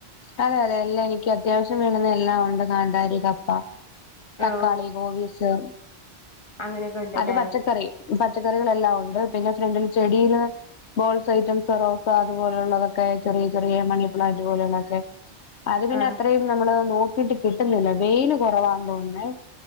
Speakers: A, on the left; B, on the left.
A: അതെ അതെ, എല്ലാം എനിക്ക് അത്യാവശ്യം വീണന്ന് എല്ലാം ഉണ്ട്. കാന്താരി, കപ്പ തക്കാളി,
B: ഓ
A: കോബീസ്
B: അങ്ങനെയൊക്കെ ഉണ്ടല്ലേ
A: അത് പച്ചക്കറി. പച്ചക്കറികളെല്ലാം ഉണ്ട്. പിന്നെ ഫ്രണ്ട്ല് ചെടിയില് ബോൾസ് ഐറ്റംസ്, റോസ അതുപോലെയുള്ളതൊക്കെ ചെറിയ ചെറിയ മണി പ്ലാന്റ് പോലെയുള്ളതൊക്കെ അത് പിന്നെ
B: ആ
A: അത്രയും നമ്മള് നോക്കിട്ട് കിട്ടുന്നില്ല വെയില് കുറവാന്ന് തോന്നുന്നേ